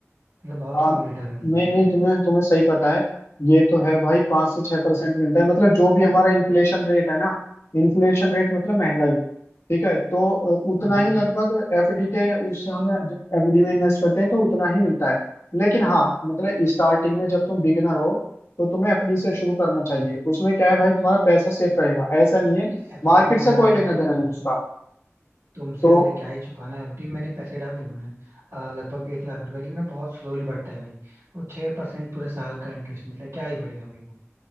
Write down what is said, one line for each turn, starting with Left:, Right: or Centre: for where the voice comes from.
Right: मतलब बहुत
Left: हाँ
Right: कम रिटर्न मिलता
Left: नहीं
Right: है शायद
Left: नहीं तुम्हें तुम्हें सही पता है ये तो है भाई पाँच से छह परसेंट मिलता है मतलब जो भी हमारा इन्फ्लेशन रेट है ना इन्फ्लेशन रेट मतलब महंगाई ठीक है तो अ, उतना
Right: हम्म
Left: ही लगभग एफडी के उससे हमें एफडी में इन्वेस्ट करते हैं तो उतना ही मिलता है लेकिन हाँ मतलब स्टार्टिंग में जब तुम बिगिनर हो तो तुम्हें एफडी से शुरू करना चाहिए उसमें क्या है भाई तुम्हारा पैसा सेफ रहेगा ऐसा नहीं है
Right: नहीं एफडी
Left: मार्केट
Right: में
Left: से
Right: यार
Left: कोई लेना
Right: मतलब
Left: देना
Right: अब
Left: नहीं
Right: तुमसे
Left: उसका
Right: तुमसे
Left: तो
Right: वैसे क्या ही छुपाना है एफडी मैंने पैसे डाले हुए हैं अ, लगभग एक लाख रुपए लेकिन वो बहुत स्लोली बढ़ता है भाई वो छह परसेंट पूरे साल का इंटरेस्ट मिलता है क्या ही बढ़ेगा भाई वो